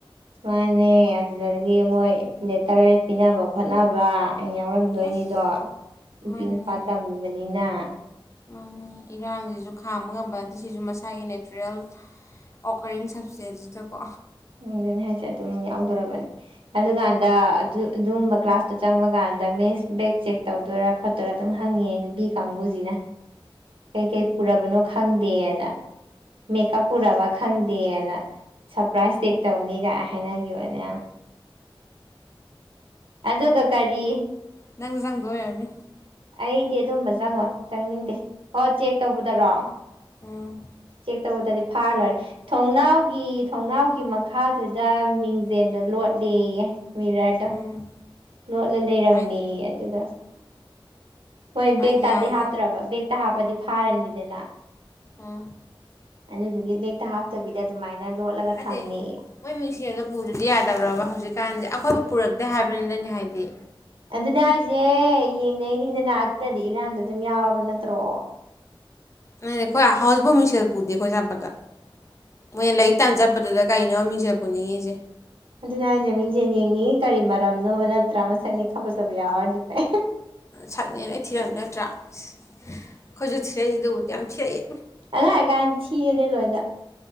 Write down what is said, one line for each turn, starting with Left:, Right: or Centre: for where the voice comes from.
Right: ꯃꯥꯅꯦ ꯑꯗꯨꯗꯒꯤ ꯃꯣꯏ ꯂꯦꯇꯔ ꯄꯤꯅꯕ ꯈꯣꯠꯅꯕ, ꯌꯥꯎꯔꯝꯗꯣꯏꯅꯤꯗꯣ
Left: ꯑꯁ
Right: ꯅꯨꯄꯤ
Left: ꯃꯥꯅꯤ
Right: ꯅꯨꯄꯥ ꯇꯝꯃꯤꯕꯅꯤꯅ꯫
Left: ꯃꯥꯅꯤ ꯏꯔꯥꯡꯁꯤꯁꯨ ꯈꯥꯝꯕ ꯉꯝꯕ ꯅꯠꯇꯦ ꯁꯤꯁꯨ ꯃꯁꯥꯒꯤ ꯅꯦꯆꯔꯦꯜ ꯑꯣꯀꯔꯤꯡ ꯁꯞꯁꯇꯦꯁ ꯑꯗꯨꯗꯀꯣ꯫
Right: ꯑꯗꯨꯅꯤ ꯍꯥꯏꯁꯦ ꯑꯗꯨꯝ ꯌꯥꯎꯗꯣꯔꯕꯅꯦ ꯑꯗꯨꯀꯥꯟꯗ ꯑꯗꯨ ꯑꯗꯨꯒꯨꯝꯕ ꯀ꯭ꯂꯥꯁꯇꯣ ꯆꯪꯕ ꯀꯥꯟꯗ ꯃꯤꯁ ꯕꯦꯛ ꯆꯦꯛ ꯇꯧꯗꯣꯏꯔꯥ ꯈꯣꯠꯇꯣꯏꯔꯥ ꯑꯗꯨꯝ ꯍꯪꯉꯦ ꯅꯨꯄꯤ ꯀꯥꯡꯕꯨꯁꯤꯅ꯫ ꯀꯩ ꯀꯩ ꯄꯨꯔꯕꯅꯣ ꯈꯪꯗꯦꯑꯅ ꯃꯦꯀꯞ ꯄꯨꯔꯕ ꯈꯪꯗꯦꯑꯅ꯫ ꯄ꯭ꯔꯥꯏꯖ ꯆꯦꯛ ꯇꯧꯅꯤꯒ ꯍꯥꯏꯅꯈꯤꯕꯅꯦ ꯌꯥꯝ꯫ ꯑꯗꯨꯒ ꯀꯔꯤ꯫
Left: ꯅꯪꯖꯨ ꯆꯪꯗꯣꯏ ꯑꯣꯏꯔꯝꯅꯤ꯫
Right: ꯑꯩꯗꯤ ꯑꯗꯨꯝꯕ ꯆꯪꯉꯣꯏ ꯆꯪꯅꯤꯡꯗꯦ, ꯍꯣ ꯆꯦꯛ ꯇꯧꯕꯗꯔꯣ?
Left: ꯎꯝ
Right: ꯆꯦꯛ ꯇꯧꯕꯗꯗꯤ ꯐꯥꯔ ꯂꯣꯏꯔꯦ꯫ ꯊꯣꯡꯅꯥꯎꯒꯤ ꯊꯣꯡꯅꯥꯎꯒꯤ ꯃꯈꯥꯗꯨꯗ ꯃꯤꯡꯖꯦꯟꯗꯣ ꯂꯣꯠꯂꯦꯌꯦ꯫ ꯃꯤꯔꯥ꯭ꯔꯗ
Left: ꯎꯝ
Right: ꯂꯣꯠꯂ ꯂꯩꯔꯝꯃꯤ
Left: ꯑꯩ
Right: ꯑꯗꯨꯗ ꯍꯣꯏ
Left: ꯑꯥꯏꯗꯤꯌꯥꯁꯦ
Right: ꯕꯦꯒꯛꯇꯗꯤ ꯍꯥꯞꯇ꯭ꯔꯕ ꯕꯦꯒꯛꯇ ꯍꯥꯞꯄꯗꯤ ꯐꯥꯔꯅꯤꯗꯅ
Left: ꯑꯥ
Right: ꯑꯗꯨꯗꯨꯒꯤ ꯕꯦꯒꯛꯇ ꯍꯥꯞꯇꯕꯤꯗ ꯑꯗꯨꯃꯥꯏꯅ ꯂꯣꯠꯂꯒ
Left: ꯑꯗꯦ
Right: ꯊꯝꯃꯦꯌꯦ
Left: ꯃꯣꯏ ꯃꯤꯡꯖꯦꯜꯗꯣ ꯄꯨꯗꯔꯗꯤ ꯌꯥꯗꯕ꯭ꯔꯕ ꯍꯧꯖꯤꯛꯀꯥꯟꯁꯦ ꯑꯩꯈꯣꯏꯕꯨ ꯄꯨꯔꯛꯇꯦ ꯍꯥꯏꯕꯅꯤꯗ ꯑꯩꯅ ꯍꯥꯏꯗꯤ
Right: ꯑꯗꯨꯅꯦ ꯍꯥꯏꯁꯦ ꯌꯦꯡꯅꯩꯅꯤꯗꯅ ꯑꯗꯨꯅꯗꯤ ꯏꯔꯥꯡꯗ ꯑꯗꯨꯝ ꯌꯥꯎꯔꯕ ꯅꯠꯇ꯭ꯔꯣ
Left: ꯑꯗꯨꯅꯦ ꯑꯩꯈꯣꯏ ꯍꯥꯎꯖꯤꯛꯐꯥꯎ ꯃꯤꯡꯁꯦꯜ ꯄꯨꯗꯦ ꯑꯩꯈꯣꯏ ꯆꯠꯄꯗ ꯃꯣꯏꯅ ꯂꯔꯤꯛ ꯇꯝ ꯆꯠꯄ ꯑꯗꯨꯗ ꯀꯩꯅꯣ ꯃꯤꯡꯖꯦꯜ ꯄꯨꯅꯤꯡꯉꯤꯁꯦ
Right: ꯑꯗꯨꯅ ꯍꯥꯏꯁꯦ ꯃꯤꯡꯖꯦꯜ ꯌꯦꯡꯅꯤꯡꯏꯤ ꯀꯔꯤ ꯃꯔꯝꯅꯣꯕ ꯅ ꯇ꯭ꯔꯥꯃꯁꯪꯅꯤ ꯈꯥ ꯐꯖꯕ ꯌꯥꯎꯔꯗꯤ ꯐꯩ
Left: ꯁꯛꯅꯦꯅ ꯂꯣꯏ ꯊꯤꯔꯝꯅꯤ ꯅꯠꯇ꯭ꯔꯥ ꯑ ꯑꯩꯈꯣꯏꯁꯨ ꯊꯤꯔꯛꯏ ꯑꯗꯨꯕꯨꯗꯤ ꯌꯥꯝ ꯊꯤꯔꯛꯏ
Right: ꯑꯉꯥꯡ ꯑꯣꯏ ꯀꯜ ꯊꯤꯕꯅꯦ ꯂꯣꯏꯅ